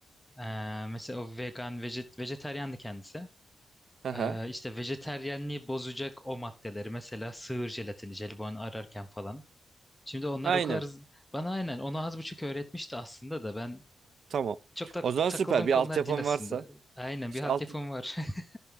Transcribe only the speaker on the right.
Aha,
aynen.
Tamam.
O zaman
süper. Bir
altyapım
varsa.
İşte
alt,